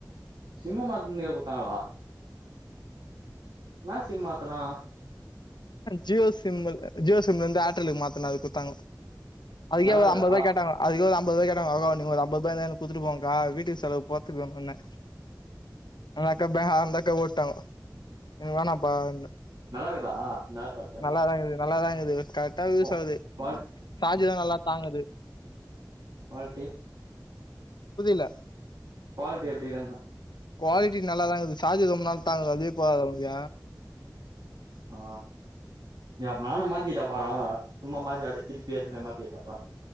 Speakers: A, on the right; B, on the left.
A: சிம்மு மாத்தனதே குத்தாங்கலா என்னா சிம்மு மாத்துனா
B: ஜியோ சிம்மு ஜியோ சிம்ல இருந்து ஏர்டெலுக்கு மாத்துனே அதுக் குத்தாங்க அதுக்கே
A: நல்லாக்குதா
B: ஒரு ஐம்பது ருவா கேட்டாங்க அதுக்கே ஒரு அம்பதுருவா கேட்டாங்க அவ்ளோதா நீங்க ஒரு அம்பது ருபா இருந்தா எனக்கு குத்துட்டு போங்க்கா வீட்டுக்கு செலவுக்கு போறத்துக்கு வேனுனே அந்தக்கா பே அந்தக்கா ஓட்டாங்கோ எனக்கு வேணாப்பான்னு
A: நல்லா இக்குதா அந்த ஏர்பாட்ஸு
B: நல்லாதா இகுது நல்லாதா இகுது கரெக்டா யூஸ்
A: கொ
B: ஆகுது
A: குவால்
B: சாஜுலா நல்லா தாங்குது
A: குவால்டி
B: புதில
A: குவால்ட்டி எப்டி தானே
B: குவாலிட்டி நல்லாதா இகுது சாஜு ரொம்ப நாள் தாங்குது அதுவே போதாதா ஒனக்கு
A: ஆ அப்ப நானு மாத்திட்டா போறே சும்மா மாத்திட்டு அப்டியெ திருப்பி ஏத்தினே மாத்திட்டாபா